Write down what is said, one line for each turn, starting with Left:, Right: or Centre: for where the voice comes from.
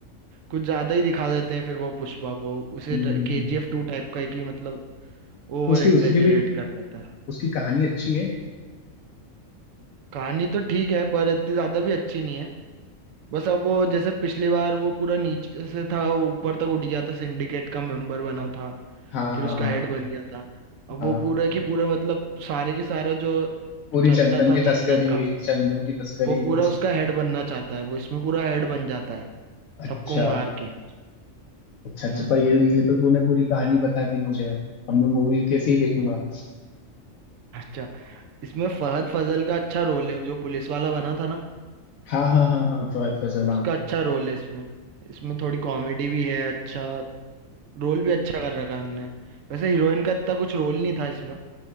Right: कुछ ज्यादा ही दिखा देते हैं फिर वो पुष्पा को उसे
Left: हम्म हम्म,
Right: केजीएफ
Left: हम्म।
Right: टू टाइप का है कि मतलब ओवर
Left: तो उसकी
Right: एग्जेजरेट
Left: उसकी भी
Right: कर देते हैं
Left: उसकी कहानी अच्छी है
Right: कहानी तो ठीक है पर इतनी ज्यादा भी अच्छी नहीं है बस अब वो जैसे पिछली बार वो पूरा नीचे से था वो ऊपर तक उठ गया था सिंडिकेट का मेंबर बना था
Left: हाँ
Right: फिर
Left: हाँ
Right: उसका
Left: हाँ
Right: हेड बन हम्म गया था अब
Left: हाँ
Right: वो पूरा की पूरा मतलब सारे के सारा जो
Left: पूरी
Right: चलता
Left: चंदन
Right: था
Left: की तस्करी
Right: चंदन का
Left: चंदन की तस्करी
Right: वो पूरा
Left: उस
Right: उसका हेड बनना चाहता है वो इसमें पूरा हेड बन जाता है
Left: अच्छा
Right: सबको मार के
Left: अच्छा अच्छा
Right: हम्म
Left: पर ये ये तो तूने पूरी कहानी बता दी मुझे अब मैं मूवी कैसे ही देखूंगा
Right: अच्छा इसमें फहद फजल का अच्छा रोल है जो पुलिस वाला बना था ना
Left: हाँ हाँ हाँ हाँ फहद फैसल
Right: उसका
Left: हाँ
Right: अच्छा रोल है इसमें इसमें थोड़ी कॉमेडी भी है अच्छा रोल भी अच्छा कर रखा है उनने वैसे हीरोइन का इतना कुछ रोल नहीं था इसमें